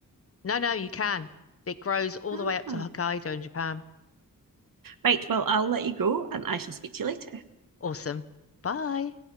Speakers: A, on the left; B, on the right.
A: No, no, you can. It grows all
B: Ah.
A: the way up to Hokkaido in Japan.
B: Right, well, I'll let you go and I shall speak to you later.
A: Awesome. Bye.